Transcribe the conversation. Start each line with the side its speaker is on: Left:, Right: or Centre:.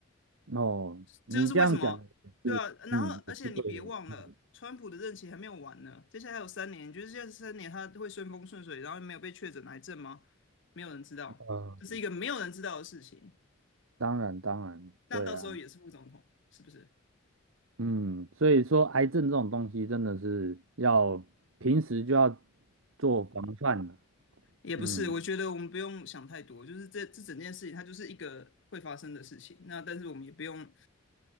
Right: 哦，你这样讲也是，
Left: 这就是为什么，对啊，然后而且你别忘了，
Right: 嗯，也是对的，嗯，
Left: 川普的任期还没有完呢，接下来还有三年，就是得接下来三年他会顺风顺水，然后没有被确诊癌症吗？没有人知道，
Right: 呃，
Left: 这是一个没有人知道的事情。
Right: 当然，当然，
Left: 那到时候也是副总统，
Right: 对啊，
Left: 是不是？
Right: 嗯，所以说癌症这种东西真的是要平时就要做防范了，
Left: 也不是，
Right: 嗯，
Left: 我觉得我们不用想太多，就是这这整件事情它就是一个会发生的事情。那但是我们也不用